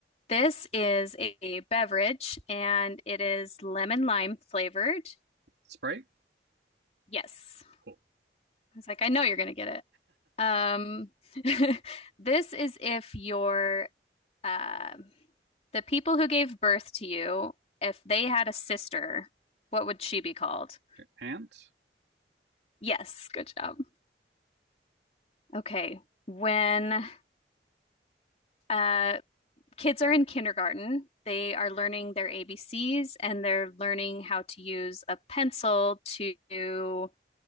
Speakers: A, on the left; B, on the right.
A: This is a beverage and it is lemon lime flavored.
B: sprite
A: Yes.
B: cool
A: I was like, I know you're going to get it. Um, <laughs> this is if your uh, the people who gave birth to you, if they had a sister, what would she be called?
B: <laughs> and
A: Yes, good job. Okay. When uh, kids are in kindergarten, they are learning their ABCs and they're learning how to use a pencil to